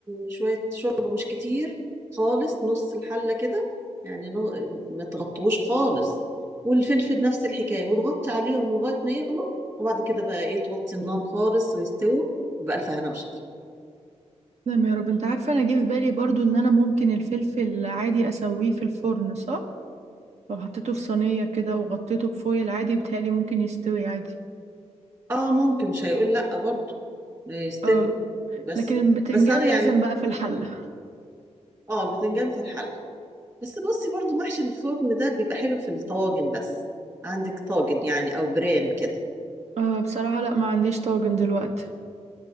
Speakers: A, on the right (about 25°); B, on the right (about 70°).
A: شويه شوربه مش كتير خالص نص الحله كده يعني نو- ما تغطوش خالص والفلفل نفس الحكايه وتغطي عليهم لغايه ما يغلوا وبعد كده بقى ايه توطي النار خالص ويستووا بألف هنا وشفا
B: تمام يا رب انت عارفة انا جه في بالي برضه ان انا ممكن الفلفل عادي اسويه في الفرن صح لو حطيته في صينية كده وغطيته بفويل عادي بيتهيألي ممكن يستوي عادي
A: اه ممكن مش هيقول لا برضو يستوي
B: اه
A: بس
B: لكن البتنجان
A: بس انا يعني
B: لازم بقى في الحلة
A: اه البتنجان في الحله بس بصي برضو محشي الفرن ده بيبقى حلو في الطواجن بس عندك طاجن يعني او برام كده
B: آه بصراحة لا ما عنديش طاجن دلوقتي